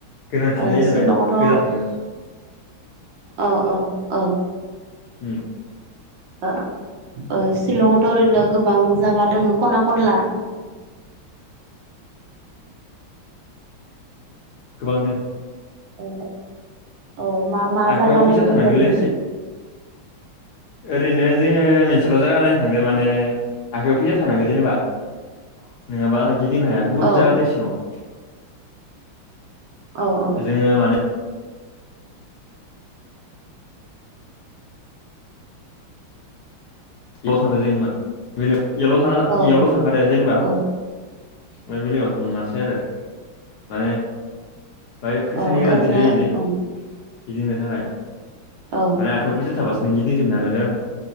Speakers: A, on the left; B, on the right.
A: गोनांथि
B: ओ
A: जायो
B: शिलंआवथ'
A: नालाय
B: औ
A: गोजान थांनो
B: औ औ औ
A: उम
B: ओ ओ शिलं आव थ' ओरैनो गोबां जागा दोङो खना खनला
A: गोबांनो
B: ओ ओ मा मा
A: आखाइयाव
B: जागा
A: फैसा
B: नायबोखो
A: थानांगोनलै
B: ओरैनो
A: एसे।
B: <inaudible>
A: ओरैनो जोङो मोनसेल' जायगा नायनो थांदो माने आखाइयाव फैसा थानांगौ जेनेबा नोङाबा गिदिंनो हाया बहुद
B: औ
A: जायगा दै सिङाव
B: औ औ
A: जोङो माने ल थांदों जों <unintelligible> बेलेग यावल थाङा
B: औ
A: इयावल' थांखादो जेनेबा
B: औ
A: ओमफ्राय बेलेगाव थाङासै आरो माने बाय फैसानि
B: औ
A: गोनांथि
B: ओरैनो
A: जायोलै
B: ओं
A: गिदिंनो थाखाय
B: औ
A: माने आखायाव फैसा थाबासो नों गिदिं जोबनो हागोन जायगाखो